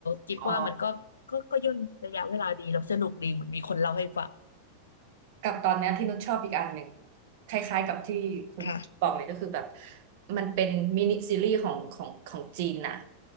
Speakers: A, on the left; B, on the right.
A: กิบว่ามันก็ก็ก็ย่นระยะเวลาดีแล้วสนุกดีเหมือนมีคนเล่าให้ฟัง
B: อ๋อกับตอนเนี้ยที่นุชชอบอีกอันหนึ่งคล้ายๆกับที่คุณบอกเลยก็คือแบบ
A: ค่ะ
B: มันเป็นมินิซีรีส์ของของของจีนน่ะ